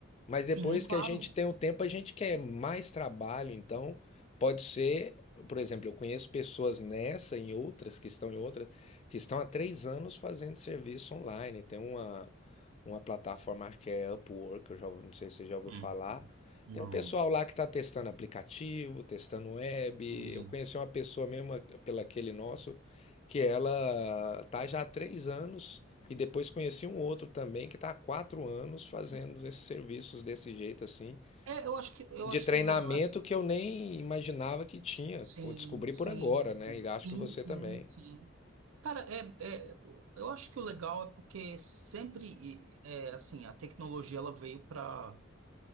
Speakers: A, on the left; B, on the right.
A: Mas
B: Sim,
A: depois
B: claro.
A: que a gente tem o tempo, a gente quer mais trabalho, então pode ser, por exemplo, eu conheço pessoas nessa, em outras, que estão em outras, que estão há três anos fazendo serviço online. Tem uma, uma plataforma que é Upwork, eu já, não sei se você já ouviu
B: Uhum.
A: falar,
B: Não,
A: tem um pessoal lá que está testando aplicativo, testando web.
B: sim.
A: Eu conheci uma pessoa mesmo pela aquele nosso que ela tá já há três anos e depois conheci um outro também que está há quatro anos fazendo esses serviços desse jeito assim,
B: É, eu acho que, eu
A: de
B: acho
A: treinamento
B: que o legal é...
A: que eu nem imaginava que tinha.
B: Sim,
A: Eu Descobri
B: sim,
A: por agora,
B: sim.
A: né? E acho
B: Sim,
A: que você
B: sim,
A: também.
B: sim. Cara, é, é, eu acho que o legal é porque sempre, é, assim, a tecnologia ela veio para